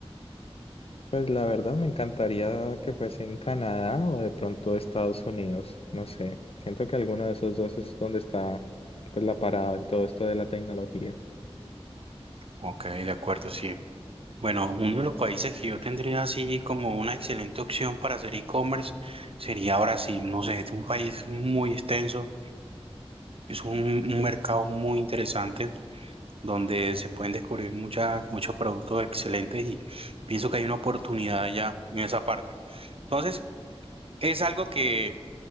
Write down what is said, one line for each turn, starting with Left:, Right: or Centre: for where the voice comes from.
Left: Pues la verdad me encantaría que fuese en Canadá o de pronto Estados Unidos, no sé. Siento que alguno de esos dos es donde está pues la parada en todo esto de la tecnología.
Right: Ok, de acuerdo, sí. Bueno, uno de los países que yo tendría así como una excelente opción para hacer e-commerce sería Brasil. No sé, es un país muy extenso, es un un mercado muy interesante donde se pueden descubrir muchas, muchos productos excelentes y pienso que hay una oportunidad ya en esa parte. Entonces, es algo que,